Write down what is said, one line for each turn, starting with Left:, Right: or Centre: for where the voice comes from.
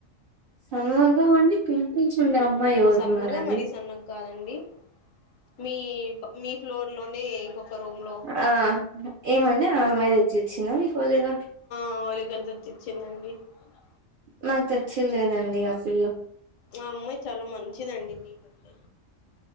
Right: సన్నగా ఉండి, పింపుల్స్ ఉండే అమ్మాయి
Left: ఆహా
Right: ఎవరు
Left: సన్నగా
Right: ఉన్నారండి?
Left: మరీ సన్నగా కాదండి, మీ ప ఫ్లోర్‌లోనే ఇంకొక రూమ్‌లో.
Right: ఆ, ఏమండీ? ఆ అమ్మాయి తెచ్చి ఇచ్చిందా మీకు, లేదా?
Left: మా ఊర్లోకేళి తెచ్చి ఇచ్చిందండి. అవునా!
Right: నాక్ తెచ్చియ్యలేదండి, ఆ పిల్ల.
Left: ఆ అమ్మాయి చాల మంచిదండి, మీకంటే.